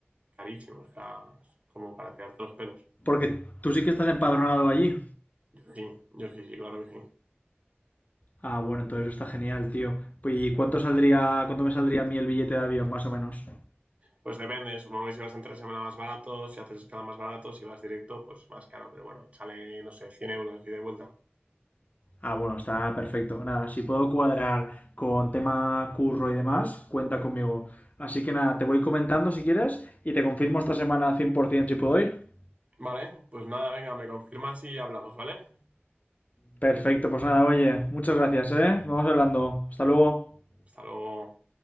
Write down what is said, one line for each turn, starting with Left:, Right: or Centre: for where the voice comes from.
Right: carísimo. O sea, es como para tirarte los pelos.
Left: Porque tú sí que estás empadronado allí.
Right: Yo sí, yo sí, sí, claro que sí.
Left: Ah, bueno, entonces está genial, tío. Pues, ¿y cuánto saldría, cuánto me saldría a mí el billete de avión, más o menos?
Right: Pues depende, supongo que si vas entre semana más barato, si haces escala más barato, si vas directo, pues más caro. Pero bueno, chale, no sé, cien euros y de vuelta.
Left: Ah, bueno, está perfecto. Nada, si puedo cuadrar con tema curro y demás, cuenta conmigo. Así que nada, te voy comentando si quieres y te confirmo esta semana 100% si puedo ir.
Right: Vale, pues nada, venga, me confirmas y hablamos, ¿vale?
Left: Perfecto, pues nada, oye, muchas gracias, ¿eh? Vamos hablando. Hasta luego.
Right: Hasta luego.